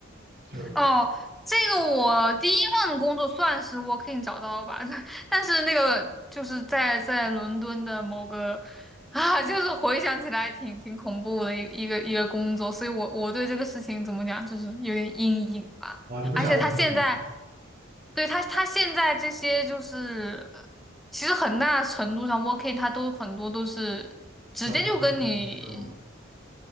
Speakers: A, on the right (about 45°); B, in the centre.
A: 就是
B: 哦，这个我第一份工作算是 working 找到吧，<laughs> 但是那个就是在在伦敦的某个 <laughs> 啊，就是回想起来挺挺恐怖的一一个一个工作，所以我我对这个事情怎么讲，就是有点阴影吧。
A: 我就不想
B: 而且他现在，
A: working 了。
B: 对他他现在这些就是，其实很大程度上 working 他都很多都是直接就跟你
A: 找一下嗯那种嘛。